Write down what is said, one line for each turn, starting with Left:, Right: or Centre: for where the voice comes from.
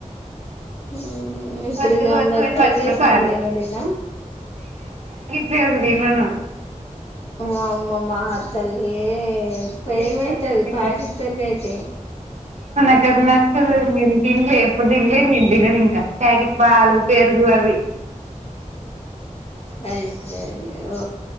Left: ఆ ఇం ఇప్పుడు
Right: వద్దు
Left: ఇగ
Right: వద్దు
Left: అందర్
Right: అని
Left: పెరుగేసుకుని
Right: పట్టుకొని రాలే
Left: తినుడేనా?
Right: వేం తినను
Left: మా అమ్మ మహత్ తల్లి ఏ పేమైతది
Right: ఏం చేయాలో అర్థం
Left: పాకిట్
Right: కాదు
Left: పెరుగయితె
Right: నాకది నచ్చదు నేను తిన్లే ఎప్పుడు తిన్లే నేను తినను ఇంక ప్యాకిట్ పాలు పెరుగు అవి
Left: అయిప్యా ఇంగ ఓ